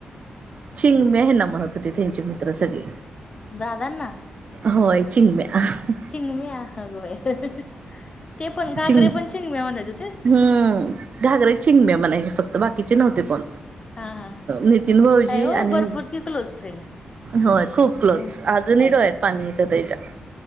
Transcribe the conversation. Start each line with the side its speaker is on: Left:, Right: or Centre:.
Right: चिंमण्या हेना म्हणत होते त्यांचे मित्र सगळे.
Left: दादांना?
Right: होय चिमगयां.
Left: चिंगम्या अगं बाई ते पण घागरे
Right: चिंग
Left: पण चिंगम्या म्हणतं होतीत.
Right: हम्म घागरे चिंमण्या म्हणायचे फक्त. बाकीचे नव्हते कोण
Left: हा हा
Right: नितीन भाऊजी
Left: काय हो
Right: आणि
Left: भरपूर की क्लोज फ्रेंड
Right: होय खूप क्लोज
Left: हम्म
Right: अजूनही
Left: काय
Right: डोळयात पाणी येतं त्याच्या.